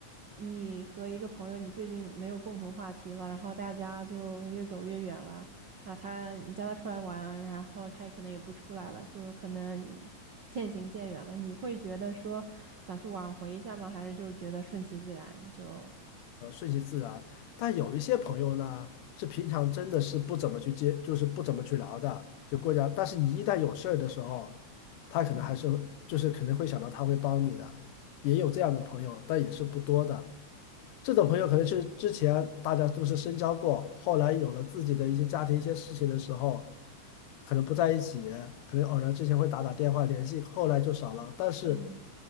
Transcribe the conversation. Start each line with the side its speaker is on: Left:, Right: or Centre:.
Right: 你和一个朋友，你最近没有共同话题了，然后大家就越走越远了。然后他，你叫他出来玩，然后他也可能也不出来了，就可能与渐行渐远了。你会觉得说想去挽回一下吗？还是就觉得顺其自然就？
Left: 呃，顺其自然。但有一些朋友呢，是平常真的是不怎么去接，就是不怎么去聊的，就过家。但是你一旦有事儿的时候，他可能还是就是可能会想到他会帮你的，也有这样的朋友，但也是不多的。这种朋友可能是之前大家都是深交过，后来有了自己的一些家庭、一些事情的时候，可能不在一起，可能偶然之前会打打电话联系，后来就少了。但是
Right: 嗯。